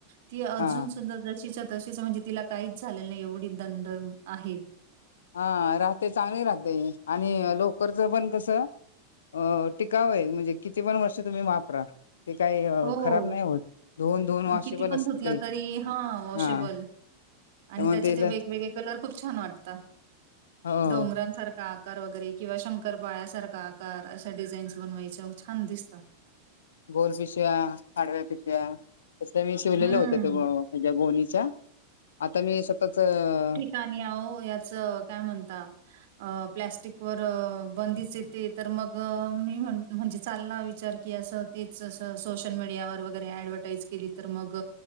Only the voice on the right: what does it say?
ती अजून
सुद्धा जशीच्या तशीच म्हणजे तिला काहीच झालेलं नाही एवढी दंड आहे
हो.
किती पण
धुतलं
तरी हा वॉशेबल
आणि त्याचे
ते वेगवेगळे कलर खूप छान वाटतात
डोंगरांसारखा आकार वगैरे किंवा शंकरपाळ्यासारखा आकार अशा डिझाईन्स बनवायच्या छान दिसतात.
हम्म.
<unintelligible> अहो याच काय म्हणता अ प्लॅस्टिक वर बंदीच येते तर मग मी म्हण म्हणजे चालनार विचार की असं तेच सोशल मीडियावर वगैरे ऍडव्हटाईज केली तर मग